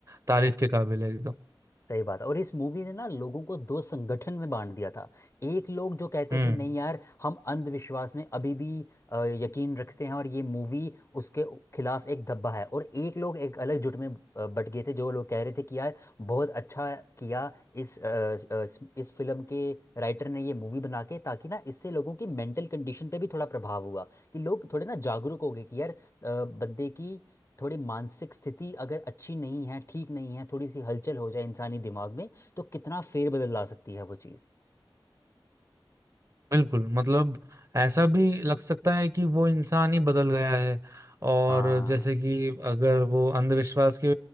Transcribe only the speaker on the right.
तारीफ के काबिल है एकदम
हम्म
बिल्कुल मतलब ऐसा भी लग सकता है कि वो इंसान ही बदल गया है और
जैसे कि अगर वो अंधविश्वास के